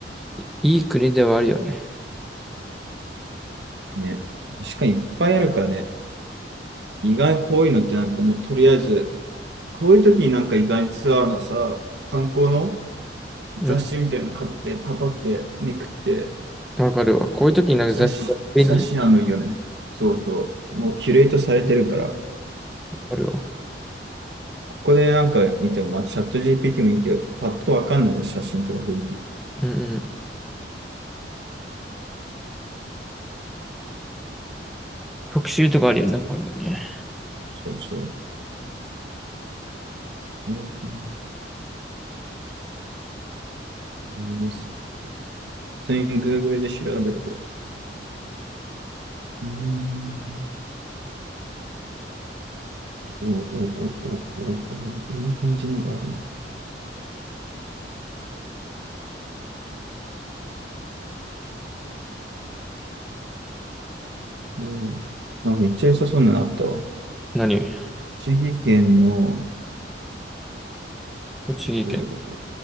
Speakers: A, in the centre; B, on the right.
A: いいい国ではあるよね。
B: う。ね。しかにいっぱいあるからね。意外にこういうのってなんかもうとりあえず、こういう時になんか意外にツアーのさ、観光の雑誌みたいなの買って、
A: うん、
B: パパってめくって、
A: わかるわ。こういう時になんか雑誌が便利。
B: 写真、写真あのいいよね。
A: わ
B: そうそう。もうキュレートされてるから、
A: かるわ。
B: ここでなんか見ても、まあ、チャット GPT もいいけど、パッとわかんないじゃん、写真とか雰囲気。
A: うんうん。特集とかあるよね、こういうのね。
B: そうそう。うん普通に Google で調べると。うーん。おおおおおおいい感じのがあるね。おーまあ、めっちゃ良さそうなのあったわ。
A: 何
B: 栃木県の、
A: 栃木県。
B: どれだこれ。